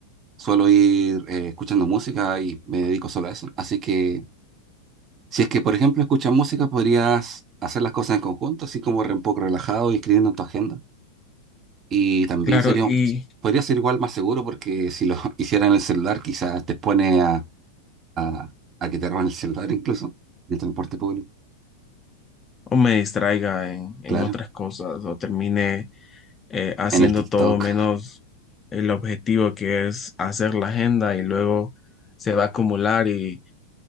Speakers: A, on the right; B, on the left.
A: suelo ir eh, escuchando música y me dedico solo a eso. Así que si es que, por ejemplo, escuchas música, podrías hacer las cosas en conjunto, así como re- un poco relajado y escribiendo en tu agenda. Y también
B: claro,
A: sería,
B: y
A: un- podría ser igual más seguro porque si lo <laughs> hicieran en el celular, quizás te expone a, a, a que te roben el celular incluso en el transporte público,
B: o me distraiga en, en
A: claro,
B: otras cosas o termine eh, haciendo
A: en el TikTok.
B: todo menos el objetivo que es hacer la agenda y luego se va a acumular y